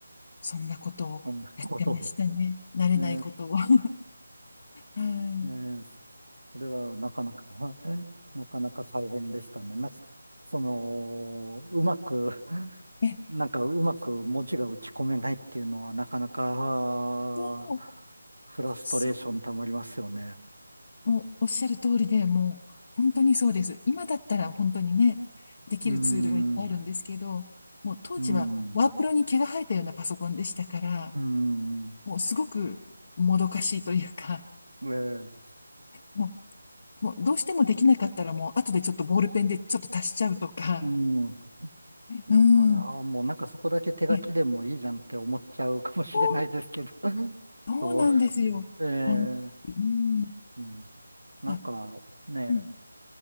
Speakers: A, on the left (about 40°); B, on the right (about 80°).
A: そんなことをやってましたね。
B: そんなこと。
A: 慣れないことを。
B: ええ、
A: <laughs> はい。
B: ええそれはなかなか <laughs> なかなか大変でしたね。なんか、その、うまく、
A: えっ
B: なんかうまく文字が打ち込めないっていうのはなかなか、あーフラストレーションたまりますよね。
A: と、そう、もうおっしゃる通りで、もう本当にそうです。今だったら本当にね、できるツールがいっぱいあるんですけど、
B: うーん、う
A: もう当時はワープロに毛が生えたようなパソコンでしたから、
B: ーん、うーん、
A: もうすごくもどかしいというか、
B: ええ、う
A: もうもうどうしてもできなかったらもう後でちょっとボールペンでちょっと足しちゃうとか。
B: ん。い
A: うん。
B: や、あーもうなんかそこだけ手書きでもいいじゃんって思っちゃうかもしれないですけど。
A: え、そ
B: <laughs>
A: うそうなんですよ。
B: そう、ええ、
A: うん。
B: うん。なんかね、
A: あ、うん。